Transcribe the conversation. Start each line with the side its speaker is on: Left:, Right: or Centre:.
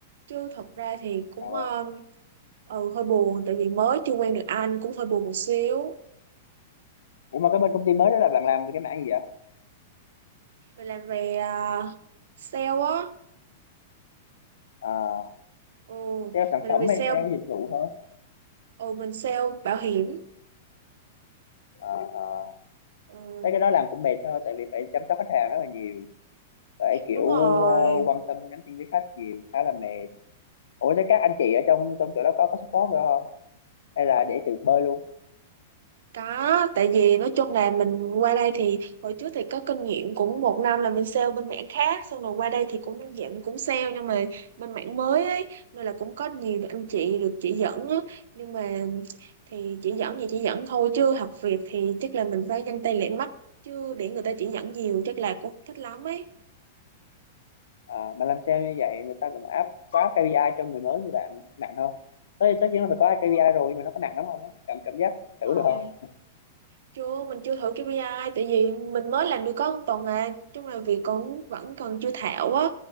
Right: Chứ thật ra thì cũng
Left: Ờ.
Right: ờ, ừ, hơi buồn tại vì mới chưa quen được anh cũng hơi buồn một xíu.
Left: Ủa mà cái bên công ty mới đó là bạn làm về cái mảng gì vậy?
Right: Mình làm về ờ, sale á.
Left: À,
Right: Ừ,
Left: sale sản
Right: mình
Left: phẩm
Right: làm về sale,
Left: hay sale dịch vụ thôi?
Right: ừ, mình sale bảo hiểm.
Left: À, à.
Right: Ừ,
Left: Thấy cái đó làm cũng mệt thôi, tại vì phải chăm sóc khách hàng rất là nhiều. Phải kiểu
Right: đúng rồi.
Left: ờ, quan tâm nhắn tin với khách nhiều, khá là mệt. Ủa thế các anh chị ở trong trong chỗ đó có có support nữa không? Hay là để tự bơi luôn?
Right: Có, tại vì nói chung là mình qua đây thì hồi trước thì có kinh nghiệm cũng một năm là mình sale bên mảng khác xong rồi qua đây thì cũng dạng cũng sale nhưng mà bên mảng mới ấy nên là cũng có nhiều anh chị
Left: Ừ.
Right: được chỉ dẫn á nhưng mà thì chỉ dẫn thì chỉ dẫn thôi chứ học việc thì chắc là mình phải nhanh tay lẹ mắt chứ để người ta chỉ dẫn nhiều chắc là cũng thích lắm ấy.
Left: À, mà làm sao như vậy người ta cũng áp có KPI cho người mới như bạn nặng không? Tất tất nhiên là phải có
Right: Đúng
Left: KPI rồi nhưng mà nó có nặng lắm không? Cảm cảm giác thử
Right: rồi.
Left: được không?
Right: chưa mình chưa thử KPI tại vì mình mới làm được có một tuần à chung là việc cũng vẫn còn chưa thạo á